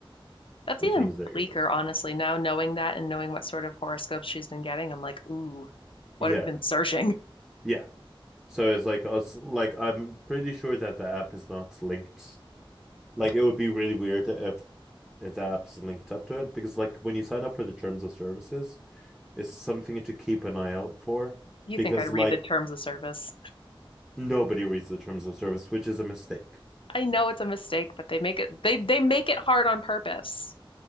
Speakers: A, on the left (about 70°); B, in the centre.
A: That's
B: the
A: even
B: things that you're
A: bleaker,
B: doing.
A: honestly. Now knowing that and knowing what sort of horoscopes she's been getting, I'm like, ooh, what
B: Yeah.
A: have you been searching? <laughs>
B: Yeah, So it's like us like I'm pretty sure that the app is not linked. Like it would be really weird if if the app is linked up to it because like when you sign up for the terms of services, it's something to keep an eye out for
A: You
B: because
A: think I read
B: like
A: the terms of service.
B: nobody reads the terms of service, which is a mistake.
A: I know it's a mistake, but they make it they they make it hard on purpose.